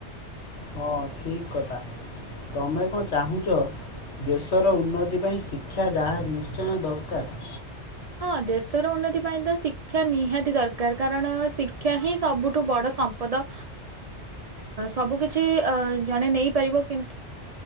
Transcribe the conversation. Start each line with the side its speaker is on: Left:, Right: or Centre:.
Left: ହଁ ଠିକ କଥା ତମେ କଣ ଚାହୁଁଛ ଦେଶର ଉନ୍ନତି ପାଇଁ ଶିକ୍ଷା ଯାହା ନିଶ୍ଚୟ ଦରକାର?
Right: ହଁ ଦେଶର ଉନ୍ନତି ପାଇଁ ତ ଶିକ୍ଷା ନିହାତି ଦରକାର କାରଣ ଶିକ୍ଷା ହିଁ ସବୁଠୁ ବଡ଼ ସମ୍ପଦ ସବୁ କିିଛି ଜଣେ ନେଇପାରିବ କିନ୍ତୁ